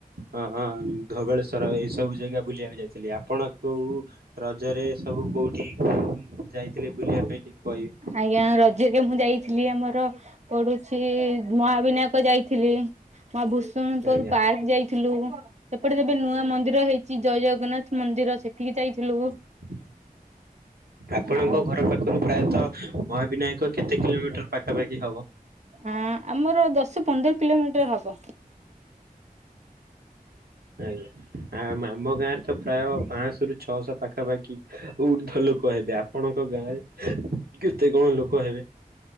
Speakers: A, on the right; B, on the right.
A: ଅଁ ଅଁ ଉଁ ଧବେଳେଶ୍ୱର ଏହିସବୁ ଜାଗା ବୁଲିଆ ପାଇଁ ଯାଇଥିଲି ଆପଣ କୋଉ ରଜେରେ ସବୁ କୋଉଠିକି <inaudible> ଉଁ ଯାଇଥିଲେ ବୁଲିବା ପାଇଁ ଟିକେ କହିବେ?
B: ଆଜ୍ଞା ରଜେରେ ମୁଁ ଯାଇଥିଲି ଆମର ପଡୁ ଛି ମହାବିନାୟକ ଯାଇଥିଲି ମା ଭୂଷଣୁପୁର
A: ଆଜ୍ଞା
B: ପାର୍କ ଯାଇ ଥିଲୁ ଏପଟେ ଯୋଉ ଏବେ ନୂଆ ମନ୍ଦିର ହେଇଚି ଜୟ ଜଗନ୍ନାଥ ମନ୍ଦିର ସେଠିକି ଯାଇଥିଲୁ।
A: ହଁ! ଆପଣଙ୍କ
B: ଆଉ
A: ଘର ପାଖୁରୁ ପ୍ରାୟତଃ ମହାବିନାୟକ କେତେ କିଲୋମିଟର ପାଖାପାଖି ହବ?
B: ଆଁ ଆମର ଦଶ ପନ୍ଦର କିଲୋମିଟର ହବ।
A: ଆଜ୍ଞା, ଆ ଆମ ଗାଁ ରେ ତ ପ୍ରାୟ ପାଞ୍ଚଶରୁ ଛଅଶହ ପାଖାପାଖି ଉର୍ଦ୍ଧ୍ୱ ଲୋକ ହେବେ ଆପଣଙ୍କ ଗାଁରେ କେତେ କଣ ଲୋକ ହେବେ?